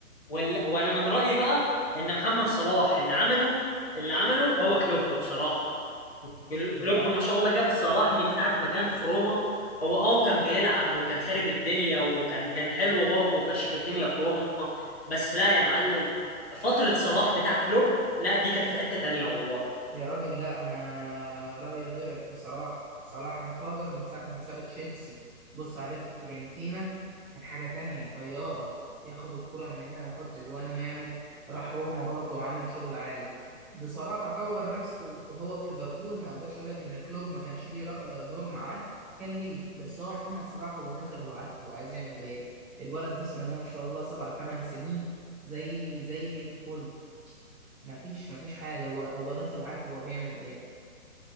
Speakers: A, on the left; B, in the centre.
A: وال... وانا من رايي بقى ان محمد صلاح اللي عمله اللي عمله هو كلوب بصراحه كل-
B: لا
A: كلوب ما شاء الله جاب صلاح من ساعة ما كان في روما هو اه كان بيلعب وكان خارب الدنيا وكان كان حلو برضه وفشخ الدنيا في روما بس لا يا معلم فترة صلاح بتاع كلوب لا دي كانت في حتة تانية والله
B: يا راجل لا انا رايي غيرك بصراحه صلاح انفجر من ساعه ما ساب تشيلسي بص عليه في فيورنتينا كان حاجه تانية طياره ياخد الكره من هنا ويحط جوان ويعمل راح روما برضو عمل شغل عالي بصراحه طور نفسه وهو في ليفربول ما اقدرش اقول لك ان كلوب ما كانش ليه رأ- دور معاه كان ليه بس هو محمد صلاح هو داخل وعارف هو عايز يعمل ايه الولد بسم الله ما شاء الله سبع تمن سنين زي زي الفل مفيش مفيش حاجة هو هو داخل عارف هو بيعمل ايه